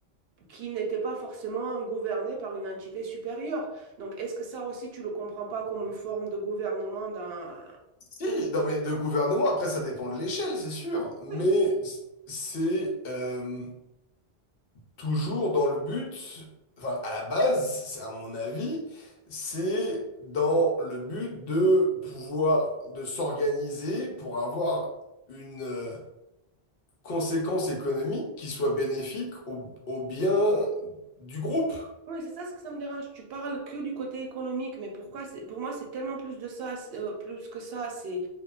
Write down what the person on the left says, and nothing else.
Si, non, mais de gouvernement, après, ça dépend de l'échelle, c'est sûr. Mais
c'est... euh, toujours dans le but, enfin à la base, c'est à mon avis, c'est dans le but de pouvoir, de s'organiser pour avoir une euh, conséquence économique qui soit bénéfique au, au bien du groupe.